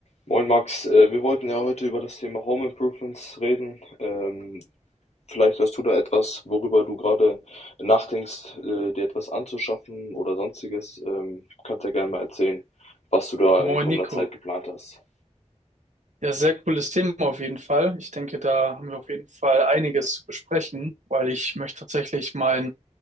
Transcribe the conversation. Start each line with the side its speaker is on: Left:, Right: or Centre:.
Left: Moin Max, äh, wir wollten ja heute über das Thema Home Improvements reden. Ähm, vielleicht hast du da etwas, worüber du gerade nachdenkst, äh, dir etwas anzuschaffen oder sonstiges. Ähm, kannst ja gerne mal erzählen, was du da
Right: monaco
Left: in kommender Zeit geplant hast.
Right: ja, sehr cooles Thema auf jeden Fall. Ich denke, da haben wir auf jeden Fall einiges zu besprechen, weil ich möchte tatsächlich mein